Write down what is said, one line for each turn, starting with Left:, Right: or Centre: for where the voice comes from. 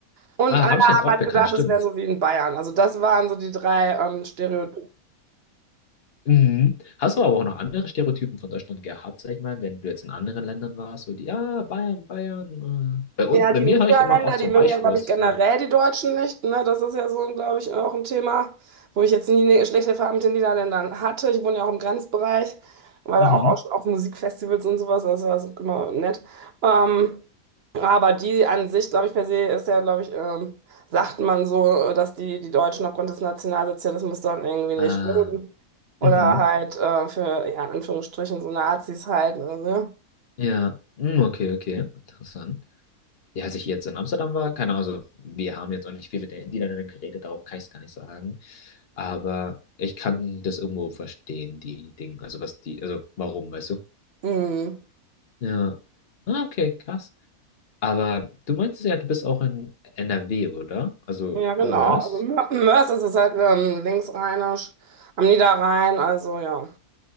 Right: Und
Left: Ah,
Right: alle
Left: Rammstein
Right: haben
Left: ist auch
Right: halt
Left: bekannt,
Right: gedacht,
Left: stimmt.
Right: das wäre so wie in Bayern. Also das waren so die drei ähm, Stereotypen.
Left: Mhm. Hast du aber auch noch andere Stereotypen von Deutschland gehabt, sag ich mal, wenn du jetzt in anderen Ländern warst, so die, ja, Bayern, Bayern. Äh. Bei uns,
Right: Ja,
Left: bei
Right: die
Left: mir
Right: Niederländer,
Left: höre ich immer auch so
Right: die mögen
Left: Weichwurst,
Right: ja, glaube ich, generell
Left: so.
Right: die Deutschen nicht. Ne? Das ist ja so, glaube ich, auch ein Thema, wo ich jetzt nie eine schlechte Erfahrung mit den Niederländern hatte. Ich wohne ja auch im Grenzbereich, war
Left: Mhm.
Right: da auch, auch schon auf Musikfestivals und sowas, das war so immer nett. Ähm, aber die an sich, glaube ich, per se ist ja, glaube ich, ähm, sagt man so, dass die, die Deutschen aufgrund des Nationalsozialismus dann irgendwie nicht
Left: Äh,
Right: mögen.
Left: mhm.
Right: Oder halt äh, für, ja, in Anführungsstrichen, so Nazis halt. Also,
Left: Ja, mm, okay, okay, interessant. Ja, als ich jetzt in Amsterdam war, keine Ahnung, also wir haben jetzt auch nicht viel mit den Niederländern geredet, darum kann ich es gar nicht sagen. Aber ich kann das irgendwo verstehen, die Dinge, also was die, also warum, weißt du?
Right: mhm.
Left: Ja. Ah, Okay, krass. Aber du meintest ja, du bist auch in NRW, oder? Also
Right: Ja, genau.
Left: in Mörs.
Right: Also Mö- Mörs ist es halt ähm, linksrheinisch, am Niederrhein, also ja.